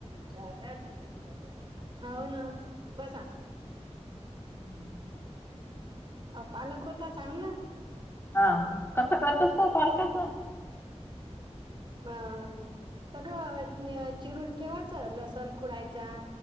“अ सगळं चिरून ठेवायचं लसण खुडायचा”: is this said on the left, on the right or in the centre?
Right